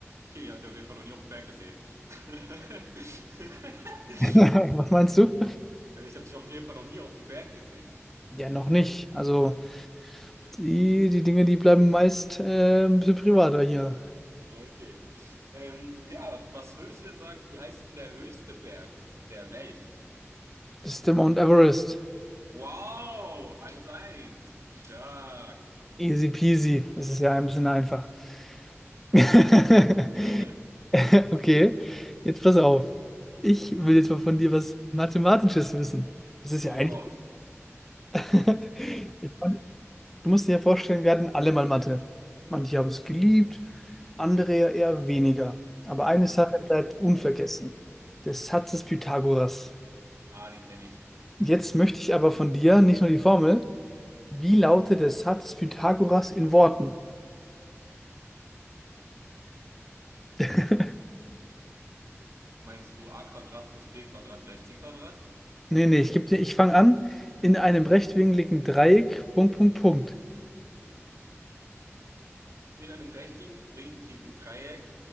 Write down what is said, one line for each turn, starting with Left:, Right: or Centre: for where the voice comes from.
Right: Okay, ich habe dich auf jeden Fall noch nie auf dem Berg gesehen. <laughs>
Centre: <laughs> Was meinst du?
Right: Ich habe dich auf jeden Fall noch nie auf dem Berg gesehen.
Centre: Ja, noch nicht. Also, die, die Dinge, die bleiben meist äh, ein bisschen privater hier.
Right: Okay. Ähm, ja, was würdest du denn sagen, wie heißt denn der höchste Berg der Welt?
Centre: Das ist der Mount Everest.
Right: Wow, eins eins, Stark.
Centre: Easy peasy. Das ist ja ein bisschen einfach. <laughs>
Right: <laughs>
Centre: Okay, jetzt pass auf. Ich will jetzt mal von dir was Mathematisches wissen. Das ist
Right: Oh
Centre: ja eigentlich.
Right: Gott.
Centre: <laughs> Ich meine, du musst dir ja vorstellen, wir hatten alle mal Mathe. Manche haben es geliebt, andere ja eher weniger. Aber eine
Right: <laughs>
Centre: Sache Okay. bleibt unvergessen, der Satz des Pythagoras.
Right: Ah, den kenne ich.
Centre: Jetzt möchte ich aber von dir nicht nur die Formel, wie lautet der Satz des Pythagoras in Worten? <laughs>
Right: Meinst du a Quadrat plus b Quadrat gleich c Quadrat?
Centre: Nee, nee, ich geb dir, ich fange an. In einem rechtwinkligen Dreieck, Punkt, Punkt, Punkt.
Right: In einem rechtwinkligen Dreieck